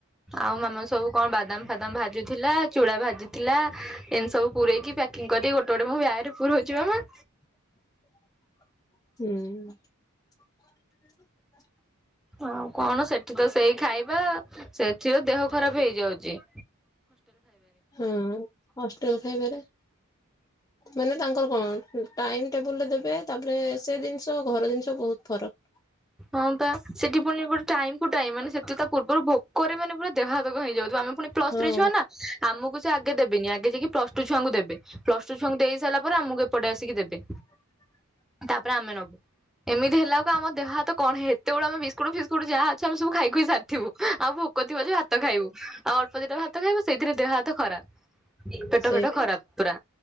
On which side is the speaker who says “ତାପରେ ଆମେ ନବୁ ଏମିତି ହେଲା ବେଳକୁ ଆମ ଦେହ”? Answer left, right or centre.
Centre